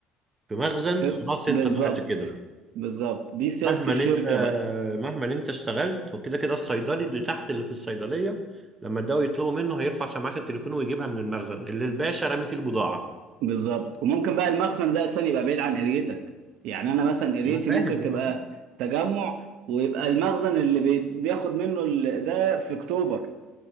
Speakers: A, on the right (about 15°); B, on the right (about 70°).
A: في مخزن
B: ف...
A: خلاص
B: بالظبط
A: انت ضعت كده
B: بالظبط دي سياسة
A: مهما
B: الشركة
A: انت
B: بقى
A: مهما انت اشتغلت هو كده كده الصيدلي اللي تحت اللي في الصيدليه لما الدواء يطلبوا منه هيرفع سماعه التليفون ويجيبها من المخزن اللي الباشا رامي فيه البضاعه
B: بالظبط وممكن بقى المخزن ده أصلا يبقى بعيد عن قريتك يعني أنا مثلا قريتي
A: انا فاهم
B: ممكن تبقى
A: انا فاهم
B: تجمع ويبقى المخزن اللي بي... بياخد منه ال... ده في أكتوبر